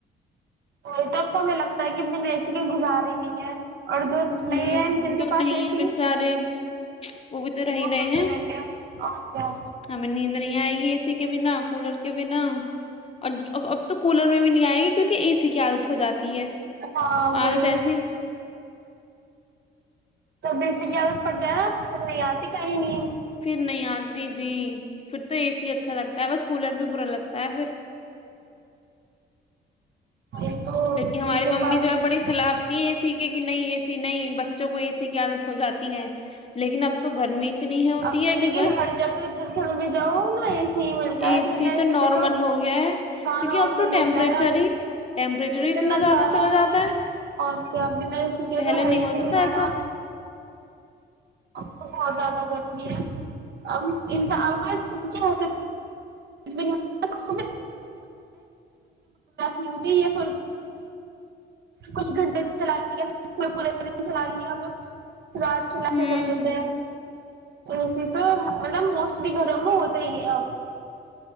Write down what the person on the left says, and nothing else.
ہوں
تو
نہیں
ہے
بیچارے وہ بھی تو رہ رہے
ہیں
ہمیں نیند نہیں آئے گی اے سی کے بنا کولر کے بنا اور اب تو کولر میں بھی نہیں آئے گی کیونک اےی کی عادت ہو جاتی ہے
عادت ایسی
پھر نہیں آتی جی پھر تو اے سی اچھا لگتا ہے بس کولر بھی برا لگتا ہے پھر
جبک کہ ہماری
ممی
جو ہے
بڑی خلافتی اے سی کی کہ نہیں اسی نہیں بچوں کو ایسی کی عادت ہو جاتی ہے لیکن اب تو گرمی اتنی ہے ہوتی
ہے
کہ بس
اے
نارمل
ہو گیا ہے
کیونکہ
اب تو ٹیمپریچر
ہی ٹیمپریچر ہی
اتنا زیادہ
چلا
جاتا
پہلے
نہیں ہوتا
تھا ایسا
ہوں